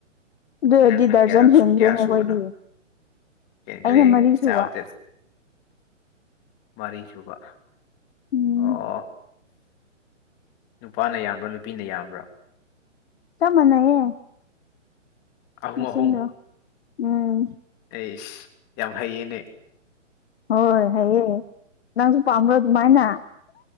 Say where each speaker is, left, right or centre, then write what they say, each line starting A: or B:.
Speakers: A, on the left; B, on the left.
A: ꯑꯗꯨ ꯑꯣꯏꯔꯗꯤ
B: ꯅꯪꯅ
A: ꯗꯔꯖꯟ
B: ꯀꯌꯥꯔꯛ
A: ꯍꯦꯟꯒ꯭ꯔꯦꯅꯦ
B: ꯀꯌꯥ ꯁꯨꯕꯅꯣ
A: ꯑꯈꯣꯏꯗꯤ
B: ꯍꯦꯟꯈ꯭ꯔꯦ
A: ꯑꯩꯅ
B: ꯍꯦꯟꯈ꯭ꯔꯦ
A: ꯃꯔꯤ ꯁꯨꯕ
B: ꯆꯥꯕꯗ ꯃꯔꯤ ꯁꯨꯕ
A: ꯎꯝ
B: ꯑꯣ ꯑꯣ ꯑꯣ ꯅꯨꯄꯥꯅ ꯌꯥꯝꯕ꯭ꯔꯥ ꯅꯨꯄꯤꯅ ꯌꯥꯝꯕ꯭ꯔꯥ
A: ꯆꯞ ꯃꯥꯟꯅꯩꯌꯦ
B: ꯑꯍꯨꯝ
A: ꯃꯁꯤꯡꯗꯣ
B: ꯑꯍꯨꯝ
A: ꯎꯝ
B: ꯑꯩꯁ ꯌꯥꯝ ꯍꯩꯌꯦꯅꯦ
A: ꯍꯣꯏ ꯍꯩꯌꯦ ꯅꯪꯁꯨ ꯄꯥꯝꯕ꯭ꯔꯣ ꯑꯗꯨꯃꯥꯏꯅ